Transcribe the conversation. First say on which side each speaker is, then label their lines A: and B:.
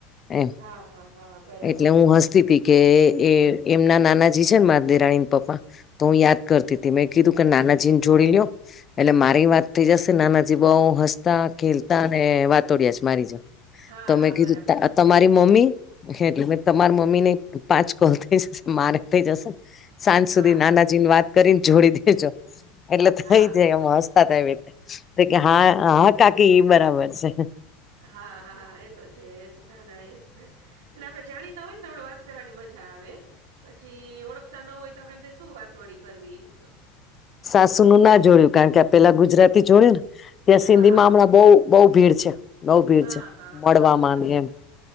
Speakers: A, on the left; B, on the right.
A: એમ
B: હા હા હા બરાબર
A: એટલે
B: છે
A: હું હસ્તી પી કે એ એમના નાનાજી છે ને મા દેરાણી પપ્પા તો હું યાદ કરતી હતી મેં કીધું કે નાના જીન જોડી લો એટલે મારી વાત થઈ જશે નાના જબાઓ હસતા ખેલતા અને વાતોડિયા છે મારી જે
B: હા
A: તો
B: હા
A: મેં કીધું
B: બરાબર છે
A: તમારી મમ્મી એટલે મે તમારા મમ્મી ને પાંચ કોલ થઈ જશે મારે થઈ જશે સાંજ
B: હા
A: સુધી નાનાજી ને વાત કરીને જોડી દેજો. એટલે થઈ
B: હા
A: જ એમાં હસ્તા થ એટલે કે હા હ કાકી બરાબર છે.
B: હા હાા એ તો છે એજ ના ના એજ ને એટલે આપડે જાણીતા હોય ને તો આપણે વાત કરવાની મજા મજા આવે પછી ઓળખતા ન હોય તો આપેમ શું વાત વળી કરવી તો. હા.
A: સાસુ નું ના જોડ્યું કારણ કે પેલા ગુજરાતી જોડ્યું ને ત્યાં સિંધી
B: હા,
A: માં હમણાં બઉ બઉુ ભીડ છે. નવ ભીડ
B: હા,
A: છે
B: હા,
A: મળવા
B: હા, બરાબર
A: માં એમ
B: છે.